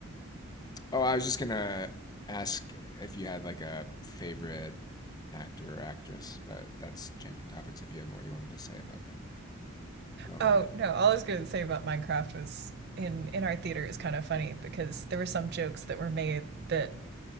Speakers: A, on the left (about 20°); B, on the right (about 50°).
A: Oh, I was just gonna ask if you had like a favorite actor or actress, but that's changing topics. If you had more you wanted to say about that about
B: Oh no! All I was going to say about Minecraft was in in our theater is kind of funny because there were some jokes that were made that